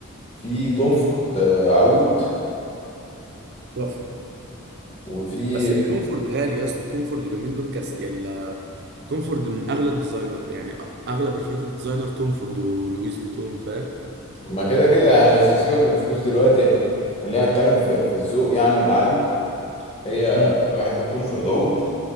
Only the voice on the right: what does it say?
امم
تحفه
بس التوم فورد غالي يا اسطى التوم فورد اليومين دول كاس ال- توم فورد من اغلى الديزاينر يعني اغلى برفانات الديزاينر توم فورد ولويس فيتون فاهم
امم